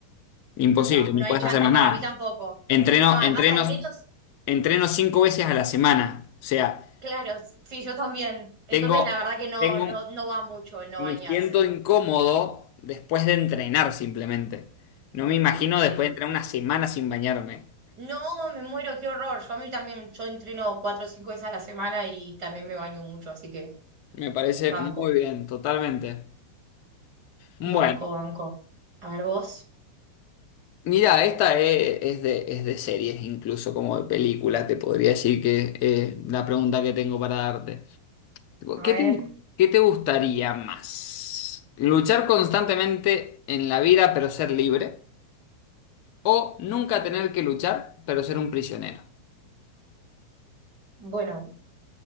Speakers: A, on the left (about 45°); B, on the right (about 40°).
A: Imposible,
B: No, no
A: no puedes
B: hay chance,
A: hacer más
B: para
A: nada.
B: mí tampoco.
A: Entreno,
B: No, además
A: entrenos
B: al menos,
A: Entreno cinco veces a la semana. O sea,
B: claro, sí, yo también. Entonces
A: tengo,
B: la verdad que no,
A: tengo,
B: no, no va mucho el no
A: me
B: bañarse.
A: siento incómodo después de entrenar simplemente. No me imagino
B: Sí.
A: después de entrenar una semana sin bañarme.
B: No, me muero, qué horror. Yo a mí también, yo entreno cuatro o cinco veces a la semana y también me baño mucho, así que
A: Me parece
B: banco,
A: muy bien, totalmente. Bueno,
B: banco, banco. A ver vos,
A: mira, esta e- es, de, es de series, incluso como de película, te podría decir que eh, la pregunta que tengo para darte. Tipo,
B: a
A: ¿Qué
B: ver.
A: te, qué te gustaría más? ¿Luchar constantemente en la vida pero ser libre? O nunca tener que luchar, pero ser un prisionero.
B: Bueno,